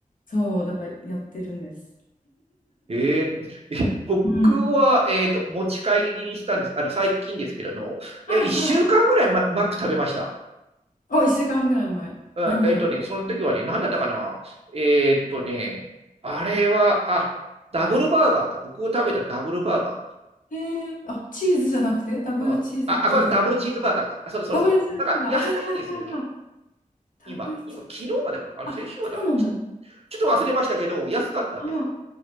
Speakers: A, on the left (about 70°); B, on the right (about 45°).
A: そう、だからやってるんです。
B: えーえ僕は、
A: うん。
B: えーと、持ち帰りにしたんです。あの、最近ですけれど、
A: はいはい。
B: え、1週間ぐらいマ、マック食べました。
A: お、1週間ぐらい前、
B: うん、
A: 何食べました
B: えっとね、その時はね、何だったかな。えっとね、あれは、あ、ダブルバーガーだ。僕が食べたダブルバーガ
A: えー、あ、チーズじゃなくて、ダブルチーズバーガーじゃなくて、
B: ー。うん、あ、あ、これダブルチーズバーガーか。あ、そうだそうだそうだ。
A: ダブルチーズバーガー、
B: なんか安いんですよね。
A: あはいはいはいはい、ダブルチーズ、
B: 今、今、昨日までかな。あれ、
A: あ、
B: 先週はだ。
A: そうなんだ。
B: ちょちょっと忘れましたけど、安かったんですよ。
A: はい。